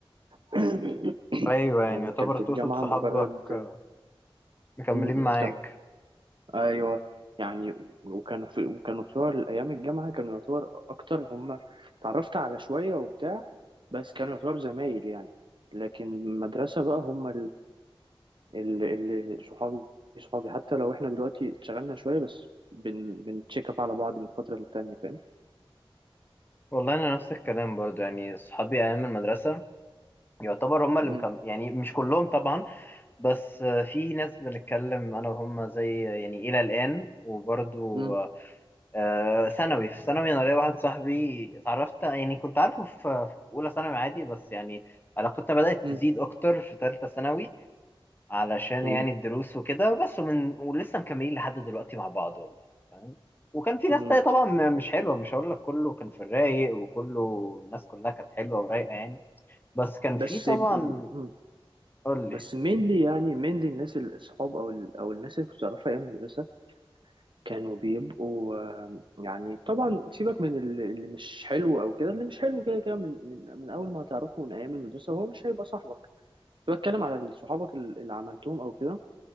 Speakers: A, on the right; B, on the left.
A: <coughs>
B: ايوه يعني
A: يعني
B: يعتبر
A: كان في
B: تقصد
A: الجامعة
B: صحابك
A: مجرد
B: آه، مكملين
A: م-
B: معاك
A: م- كم ايوه يعني وكانوا في وكانوا بتوع الايام الجامعة كانوا يعتبر اكتر هم تعرفت على شوية وبتاع بس كانوا يعتبر زمايل يعني لكن المدرسة بقى هم اللي اللي صحابي صحابي حتى لو احنا دلوقتي اتشغلنا شوية بس بن بنتشيك اب على بعض من فترة للتانية فاهم
B: والله انا نفس الكلام برضو يعني صحابي ايام المدرسة يعتبر هم اللي
A: مم.
B: مكمل يعني مش كلهم طبعا بس آه، في ناس بنتكلم انا وهم زي يعني الى الان وبرضو
A: مم.
B: آه، ثانوي في ثانوي انا ليا واحد صاحبي اتعرفت يعني كنت عارفه في في اولى ثانوي عادي بس يعني علاقتنا بدات
A: مم.
B: تزيد اكتر في ثالثه ثانوي علشان
A: مم.
B: يعني الدروس وكده بس ومن ولسه مكملين لحد دلوقتي مع بعض والله فاهم وكان في ناس
A: مم.
B: تانية طبعا م- مش حلوه مش هقول لك كله كان في الرايق وكله الناس كلها كانت حلوه ورايقه يعني بس كان
A: بس
B: في طبعا
A: مم.
B: قول
A: بس
B: لي
A: مينلي يعني مينلي الناس الاصحاب او ال... او الناس اللي كنت اعرفها ايام المدرسه كانوا بيبقوا آم، يعني طبعا سيبك من ال- اللي مش حلو او كده اللي مش حلو كده كده من من من اول ما هتعرفه من ايام المدرسه هو مش هيبقى صاحبك كنت بتكلم على صحابك ال- اللي عملتهم او كده